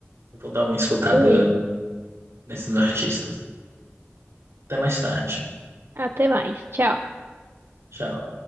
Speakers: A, on the right; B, on the right.
A: Eu vou dar uma escutada
B: Beleza.
A: nesses artistas. Até mais tarde.
B: Até mais. Tchau.
A: Tchau.